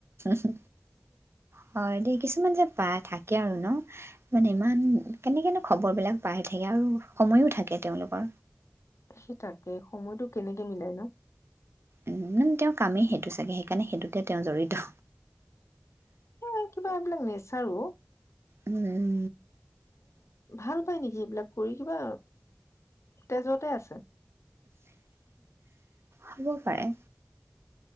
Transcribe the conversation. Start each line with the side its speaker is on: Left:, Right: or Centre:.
Right: হু হয় দেই কিছুমান যে পা থাকে কে আৰু ন মানে ইমান কেনেকেনো খবৰবিলাক পাই থাকে আৰু সময়ো থাকে তেওঁলোকৰ
Left: সি তাকে সময়টো কেনেকে মিলাই ন
Right: উ ম তেওঁৰ কামেই সেইটো চাগে সেইকাৰণে সেইটোতে তেওঁ জড়িত
Left: এ কিবা এইবিলাক নেচাৰ অ'
Right: উম উম
Left: ভাল পাই নেকি এইবিলাক কৰি কিবা তেজতে আছে
Right: হব পাৰে